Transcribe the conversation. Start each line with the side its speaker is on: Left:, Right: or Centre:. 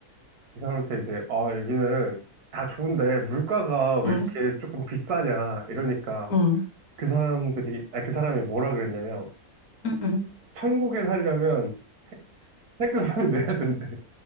Right: 이 사람한테 이제 아 여기는 다 좋은데 물가가 왜
Left: 응.
Right: 이렇게 조금 비싸냐 이러니까
Left: 응.
Right: 그 사람들이 아 그 사람이 뭐라 그랬냐면
Left: 응. 응.
Right: 천국에 살려면 세금을 <laughs> 내야 된대.